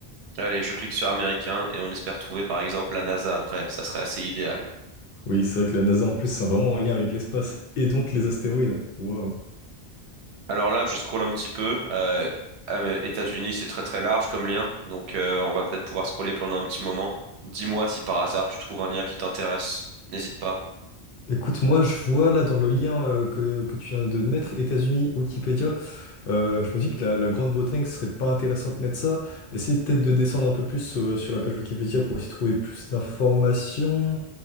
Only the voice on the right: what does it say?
Allez, je clique sur américain et on espère trouver par exemple la NASA après. Ça serait assez idéal.
Alors là, je scrolle un petit peu. Euh, Am- États-Unis, c'est très très large comme lien, donc euh, on va peut-être pouvoir scroller pendant un petit moment. Dis-moi si par hasard tu trouves un lien qui t'intéresse. N'hésite pas.